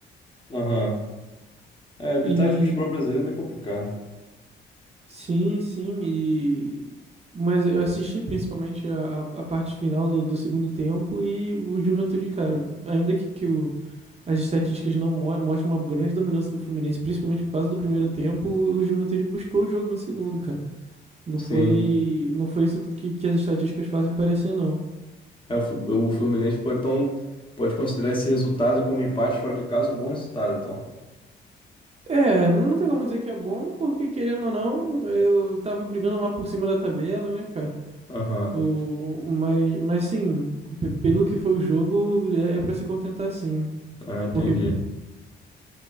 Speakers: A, on the left; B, on the right.
A: Aham. É, evitar
B: E
A: o futebol brasileiro é meio complicado.
B: Sim, sim, e... Mas eu assisti principalmente a, a parte final do, do segundo tempo e o Juventude, cara, ainda que, que o, as estatísticas não mo mostram uma grande dominância do Fluminense, principalmente por causa do primeiro tempo, o Juventude buscou o jogo no segundo, cara. Não
A: Sim.
B: foi, não foi isso tudo que, que as estatísticas fazem parecer, não.
A: É, o Flu- o Fluminense pode, então, pode considerar esse resultado como empate fora de casa um bom resultado, então.
B: É, não tem como dizer que é bom, porque querendo ou não, eu tava brigando lá por cima da tabela, né, cara?
A: Aham.
B: O, mas, mas sim, pe- pelo que foi o jogo, é, é para se contentar sim.
A: Ah, entendi.
B: Porque